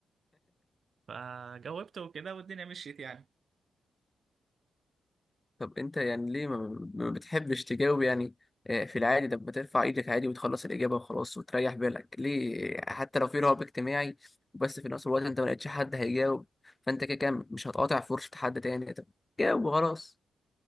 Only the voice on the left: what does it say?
طب انت يعني ليه ما ما بتحبش تجاوب يعني آه، في العادي لما ترفع ايدك عادي وتخلص الاجابه وخلاص وتريح بالك ليه حتى لو في رهاب اجتماعي بس في نفس الوقت انت ما لقيتش حد هيجاوب فانت كده كده مش هتقاطع فرصه حد تاني طب جاوب وخلاص